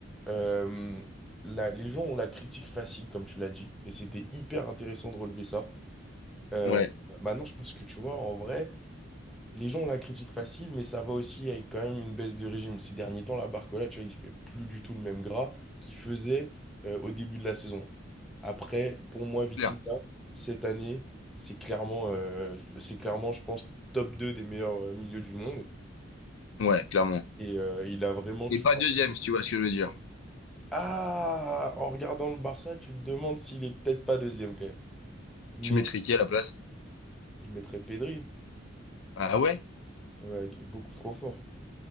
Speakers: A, in the centre; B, on the left.
A: euh, la- les gens ont la critique facile, comme tu l'as dit, et c'était hyper intéressant de relever ça. Euh,
B: Ouais,
A: maintenant, je pense que, tu vois, en vrai. Les gens la critiquent facile, mais ça va aussi avec quand même une baisse de régime. Ces derniers temps, la Barcola, tu vois, il fait plus du tout le même gras qu'il faisait euh, au début de la saison. Après, pour moi, Vitinha,
B: clair.
A: cette année, c'est clairement, euh, c'est clairement, je pense, top 2 des meilleurs euh, milieux du monde.
B: Ouais, clairement.
A: Et euh, il a vraiment, tu
B: Et pas
A: vois.
B: deuxième, si tu vois ce que je veux dire.
A: Ah, en regardant le Barça, tu te demandes s'il est peut-être pas deuxième quand même. Mais
B: Tu mettrais qui à la place?
A: je mettrais Pedri,
B: Ah ouais?
A: ouais, qui est beaucoup trop fort.